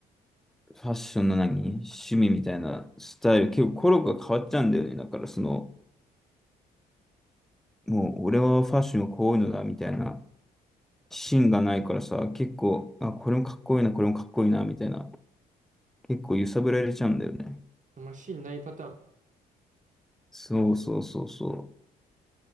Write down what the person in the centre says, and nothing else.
ファッションの何趣味みたいなスタイル、結構コロが変わっちゃうんだよね。だからその、もう俺はファッションはこういうのだみたいな芯がないからさ、結構、あ、これもかっこいいな、これもかっこいいなみたいな、結構揺さぶられちゃうんだよね。
そうそうそうそう。